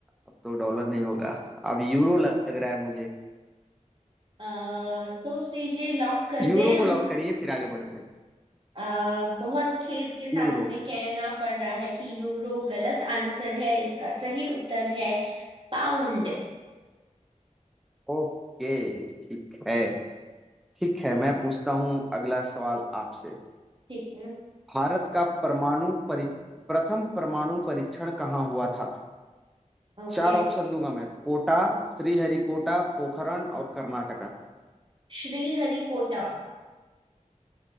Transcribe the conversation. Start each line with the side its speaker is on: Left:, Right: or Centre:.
Centre: अब तो डॉलर नहीं होगा अब यूरो लग रहा है मुझे
Right: अ, सोच लीजिए लॉक कर
Centre: यूरो
Right: दें हम
Centre: को लॉक करिए फिर आगे बढ़ते हैं
Right: अ, बहुत खेद के साथ
Centre: यूरो
Right: हमें कहना पड़ रहा है कि यूरो गलत आंसर है इसका सही उत्तर है पाउंड
Centre: ओके ठीक है ठीक है मैं पूछता हूँ अगला सवाल आपसे
Right: ठीक है
Centre: भारत का परमाणु परी प्रथम परमाणु परीक्षण कहाँ हुआ था
Right: ओके
Centre: चार ऑप्शन दूंगा मैं कोटा श्रीहरिकोटा पोखरण और कर्नाटका
Right: श्री हरिकोटा